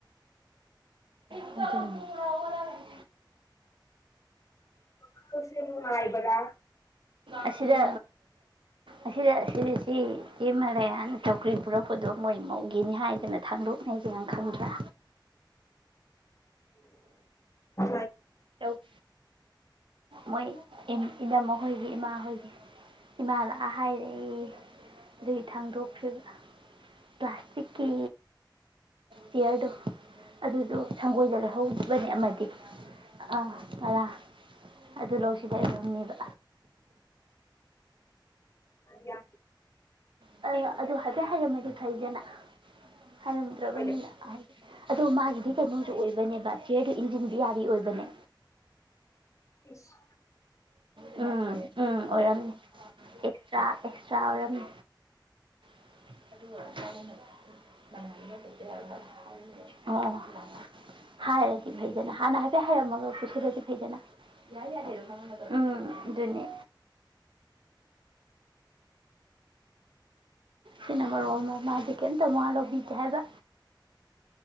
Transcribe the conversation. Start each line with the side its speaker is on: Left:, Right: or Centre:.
Right: <unintelligible> ꯎ
Left: ꯋꯥꯈꯜꯁꯦ ꯅꯨꯡꯉꯥꯏ ꯕꯥꯔꯥ
Right: ꯑꯁꯤꯗ ꯑꯁꯤꯗ ꯁꯤ ꯁꯤ ꯁꯤꯃ ꯀꯌꯥꯅ ꯇꯧꯀ꯭ꯔꯤ ꯄꯨꯔꯛꯄꯗꯣ ꯃꯣꯏ ꯃꯧꯈꯤꯅꯤ ꯍꯥꯏꯗꯅ ꯊꯥꯡꯗꯣꯛꯅꯩꯁꯤꯅꯪ ꯈꯪꯗ꯭ꯔꯥ
Left: ꯃꯥ
Right: ꯇꯧ ꯃꯣꯏ ꯏꯅꯝꯍꯣꯏꯒꯤ ꯏꯃꯥꯍꯣꯏꯒꯤ ꯏꯃꯥ ꯂꯥꯛꯑ ꯍꯥꯏꯔꯛꯏ ꯑꯗꯨꯒꯤ ꯊꯥꯡꯗꯣꯛ꯭ꯔꯤꯕ ꯄ꯭ꯂꯥꯁꯇꯤꯛꯀꯤ ꯆꯤꯌꯔꯗꯣ ꯑꯗꯨꯗꯣ ꯁꯪꯒꯣꯏꯗ ꯂꯩꯍꯧꯕꯅꯤ ꯑꯃꯗꯤ ꯑꯥ ꯑꯔꯥ ꯑꯗꯨ ꯂꯧꯁꯤꯗꯔꯝꯅꯦꯕ
Left: ꯑ
Right: ꯑ ꯑꯗꯨꯗ ꯑꯗꯨꯗꯦ ꯍꯥꯏꯔꯃꯦꯗꯤ ꯐꯩꯗꯅ ꯍꯥꯏꯔꯝꯗ꯭ꯔꯕꯅꯤꯅ
Left: ꯍꯣꯏꯅꯦ
Right: ꯍꯥꯏꯗꯤ ꯑꯗꯣ ꯃꯥꯒꯤꯗꯤ ꯀꯩꯅꯣꯁꯨ ꯑꯣꯏꯕꯅꯦꯕ ꯆꯤꯌ ꯏꯟꯖꯤꯟ ꯕꯤꯌꯥꯔꯤ ꯑꯣꯏꯕꯅꯦ
Left: ꯑꯦꯁ
Right: ꯎꯝ ꯎꯝ ꯑꯣꯏꯔꯝꯅꯤ ꯑꯦꯛꯁꯇ꯭ꯔꯥ ꯁꯧꯔꯅꯨ <unintelligible> ꯑꯣ ꯍꯥꯏꯔꯗꯤ ꯐꯩꯗꯅ ꯍꯥꯟꯅ ꯍꯥꯏꯐꯦꯠ ꯍꯥꯏꯔꯝꯃꯒ ꯄꯨꯁꯤꯜꯂꯗꯤ ꯐꯩꯗꯅ ꯌꯥ ꯌꯥ ꯎꯝ ꯑꯗꯨꯅꯤ ꯁꯤꯅ ꯃꯔꯣ ꯑꯃ ꯃꯥꯗꯤ ꯀꯔꯤꯝꯇ ꯋꯥ ꯂꯧꯕꯤꯒꯦ ꯍꯥꯏꯕ